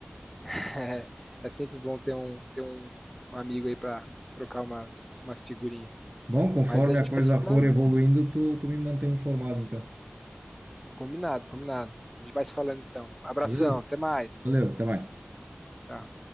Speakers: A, in the centre; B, on the right (about 45°).
A: <laughs> é, sempre bom ter um, ter um, um amigo aí para trocar umas, umas figurinhas.
B: Bom, conforme
A: Mas a gente
B: a coisa
A: vai se falando.
B: for evoluindo, tu, tu me mantém informado, então.
A: Combinado, combinado. A gente vai se falando então. Abração,
B: Beleza?
A: até mais.
B: Valeu, até mais.
A: Tchau.